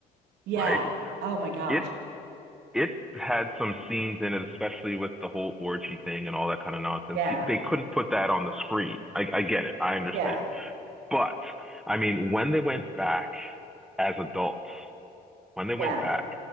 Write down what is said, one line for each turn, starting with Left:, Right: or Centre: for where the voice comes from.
Right: Yeah.
Centre: right?
Right: Oh my gosh.
Centre: It it had some scenes in it, especially with the whole orgy thing and all that kind of nonsense.
Right: Yeah.
Centre: He- They couldn't put that on the screen. I, I get it. I understand.
Right: Yeah.
Centre: But I mean, when they went back as adults when they went
Right: Yeah.
Centre: back,